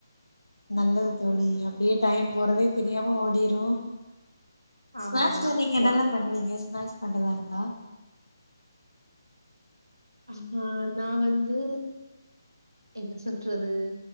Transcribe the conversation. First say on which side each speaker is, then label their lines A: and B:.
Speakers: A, on the left; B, on the right.
A: நல்லது தோழி அப்டியே டைம் போறதே தெரியாம ஓடிரு
B: ஆமாமா.
A: ஸ்நாக்ஸ்ல நீங்க என்னெல்லா
B: ஒர்க்
A: பண்ணுவீங்க ஸ்நாக்ஸ் பண்றதா இருந்தா
B: ஆ நா வந்து என்ன சொல்றது